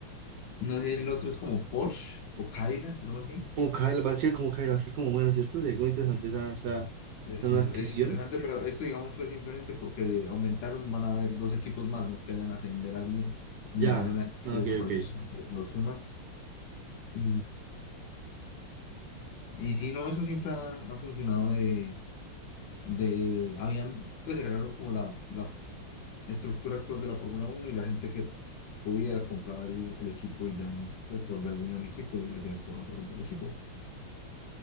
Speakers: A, on the left; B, on the right.
A: no sé, el otro es como Porsche o Cadillac, algo así.
B: Como Kyle, va a ser como Kyle, va a ser como bueno, ¿cierto? Sería como interesante esa, esa,
A: Eso
B: esa nueva
A: es,
B: adquisición.
A: es interesante, pero esto, digamos, fue simplemente porque aumentaron, van a haber dos equipos más, no es que vayan a ascender a alguien, ni
B: Ya,
A: vayan a
B: ah,
A: desaparecer,
B: ok, ok,
A: sino que lo suman Y, y sí, no, eso siempre ha, ha funcionado de, de, habían, pues se crearon como la, la estructura actual de la Fórmula Uno y la gente que podía comprar el, el equipo y ya, pues te volvías dueño del equipo y hacías todo alrededor del equipo.